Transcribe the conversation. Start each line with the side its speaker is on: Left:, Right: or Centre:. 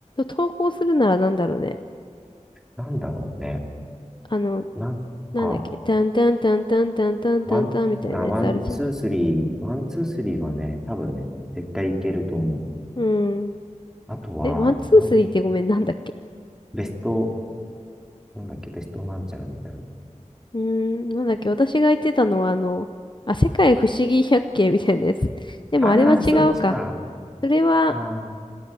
Left: 投稿するならなんだろうね。
Centre: なんだろうね。
Left: あの、
Centre: なんか、
Left: なんだっけ、タンタンタンタンタンタンタンタンみたいなやつあるじゃん。
Centre: ワン、あ、ワン、ツー、スリー、ワン、ツー、スリーはね、多分ね、絶対いけると思う。
Left: うん。
Centre: あとは、
Left: え、ワンツースリーってごめん、
Centre: なん、
Left: なんだっけ。
Centre: ベスト、なんだっけ、ベストなんちゃらみたいな。
Left: うーん、なんだっけ、私が言ってたのはあの、あ、世界不思議百景みたいなやつ。<laughs> でもあれは違うか。
Centre: ああ、そっちか。
Left: それは、
Centre: ああ、